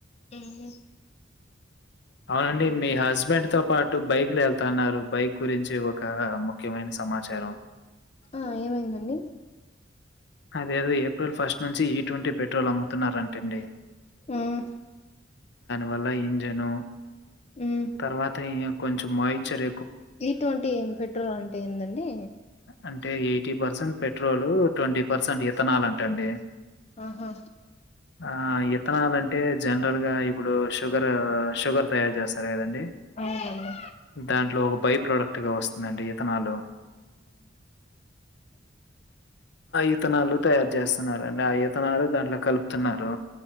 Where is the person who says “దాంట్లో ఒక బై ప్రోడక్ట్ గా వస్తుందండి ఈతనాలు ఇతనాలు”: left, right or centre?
Left